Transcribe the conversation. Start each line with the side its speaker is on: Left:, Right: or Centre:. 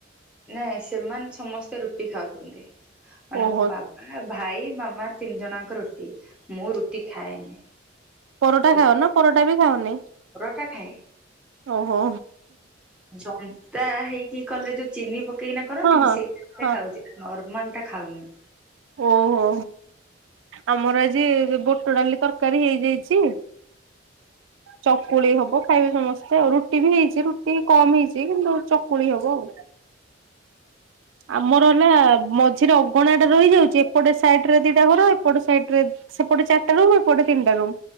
Centre: ନାଇଁ, ସେମାନେ ସମସ୍ତେ ରୁଟି ଖାଉଚନ୍ତି, ମାନେ
Right: ଓହୋ
Centre: ମୋ ବା ଆଉ ଭାଇ, ମାମା ତିନି ଜଣଜାଙ୍କ ରୁଟି, ମୁଁ ରୁଟି ଖାଏନି।
Right: ପରଟା
Centre: ତ
Right: ଖାଅ, ନା ପରଟା ବି ଖାଅନି?
Centre: ପରଟା ଖାଏ।
Right: ଓହୋ
Centre: ଜନ୍ତା ହେଇକି କଲେ, ଯୋଉ ଚିନି ପକେଇକିନା କରନ୍ତିନି,
Right: ହଁ ହଁ।
Centre: ସେଇତା
Right: ହଁ
Centre: ଖାଉଛି। ନର୍ମାଲ ଟା ଖାଉନି।
Right: ଓହୋ, ଆମର ଆଜି ବୁଟ ଡାଲି ତରକାରୀ ହେଇଯାଇଚି ଚକୁଳି ହବ, ଖାଇବେ ସମସ୍ତେ, ରୁଟି ବି ହେଇଚି। ରୁଟି କମ ଇଟିଲି ନହେଲେ ଚକୁଳି ହବ ଆଉ। ଆମର ହେଲା ମଝିରେ ଅଗଣା ଟା ରହିଯାଉ ଯେ ଏପଟେ ସାଇଟ ରେ ଦିଟା ଘର, ଏପଟ ସାଇଟରେ ସେପଟେ ଚାରିଟା ରୁମ୍, ଏପଟେ ତିନିଟା ରୁମ୍।